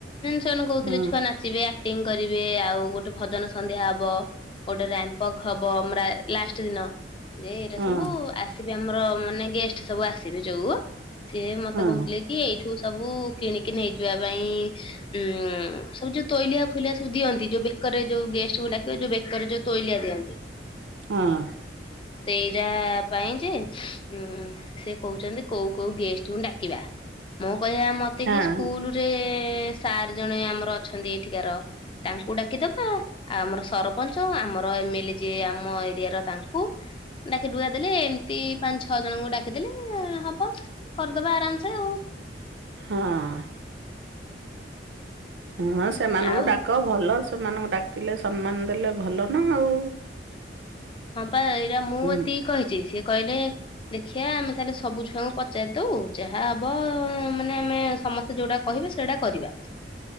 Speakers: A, on the left; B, on the right.
A: ସେମାନେ କହୁଥିଲେ
B: ହଁ
A: ଛୁଆ ନାଚିବେ। ଟିଙ୍ଗ କରିବେ ଆଉ ଗୋଟେ ଭଜନ ସନ୍ଧ୍ୟା ହବ। ଗୋଟେ ରାମ୍ପ ୱାକ୍ ହବ ଅମ ରା ଲାଷ୍ଟ ଦିନ ଯେ ଏଇଟା
B: ହଁ
A: ସବୁ-ବୁ-ବୁ ଆସ ବି ଆମର ମାନେ ଗେଷ୍ଟ ସବୁ ଆସିବେ ଯୋଉ-ଉ-ଉ। ସିଏ ମତେ
B: ହଁ
A: କହୁଥିଲେ କି ଏଇ ଠୁ ସବୁ କିଣିକି ନେଇଯିବା ପାଇଁ-ଇଁ-ଇଁ ଉଁ ସବୁ ଯୋଉ ତୋଇଲିଆ ଫୋଇଲିଆ ସବୁ ଦିଅନ୍ତି ଯୋଉ ବେକରେ ଯୋଉ ଗେଷ୍ଟ ଙ୍କୁ ଡାକିବ ଯୋଉ ବେକ ବେକରେ ଯଉ ତୋଇଲିଆ ଦିଅନ୍ତି।
B: ହଁ
A: ସେଇରା-ରା-ରା ପାଇଁ ଯେ ଉଁ ସେ କହୁଛନ୍ତି କୋଉ କୋଉ ଗେଷ୍ଟକୁ ଡାକିବା ମୋ ଭଳିଆ ମୋତେ
B: ହଁ
A: କି ସ୍କୁଲୁରେ-ରେ-ରେ। ଏ ସାର୍ ଜଣେ ଆମର ଅଛନ୍ତି ଏଠିକାର ତାଙ୍କୁ ଡାକିଦବା ଆଉ ଆମର ସର ସରପଞ୍ଚ ଆମର ଏମ ଏଲ ଏ ଯିଏ ଆମ ଏରିଆ ର ତାଙ୍କୁ ଡାକି ଡୁକା ଦେଲେ ଏମିତି ପାଞ୍ଚ ଛଅ ଜଣଙ୍କୁ ଡାକିଦେଲେ-ଲେ-ଲେ ହବ। ହ କରିଦବା ଆରାମ ସେ ଆଉ।
B: ହଁ। ହଁ ସେମାନଙ୍କୁ
A: ଆଉ
B: ଡାକ ଭଲ। ସେମାନଙ୍କୁ ଡାକିଲେ ସମ୍ମାନ ଦେଲେ ଭଲ ନା ଆଉ।
A: ହଁ ପା ଏଇଟା ମୁଁ
B: ହୁଁ।
A: ଏତିକି କହିଛି ସିଏ କହିଲେ ଦେଖିବା ଆମେ ତାହେଲେ ସବୁ ଛୁଆଙ୍କୁ ପ ପଚାରି ଦଉ ଯାହା ହବ-ବ-ବ ମାନେ ଆମେ ସମସ୍ତେ ଯୋଉଟା କହିବେ ସେଇଟା କରିବା।